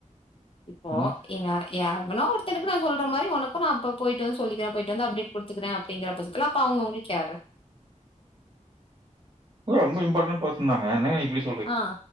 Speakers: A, on the left; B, on the right.
A: இப்போ
B: ம்
A: நீங்க யாருக்கான சொல்ற மாதிரி உனக்கும் நான் அப்ப போயிட்டு வந்து சொல்லிக்கேன் போயிட்டு வந்து அப்டேட் கொடுக்குறேன் அப்படிங்கிற பதுக்கெல்லாம் அப்ப அவங்களுக்குயாரு
B: ரொம்ப இம்பார்டன் பர்சன் தாங்க இப்படி சொ
A: ஆஹ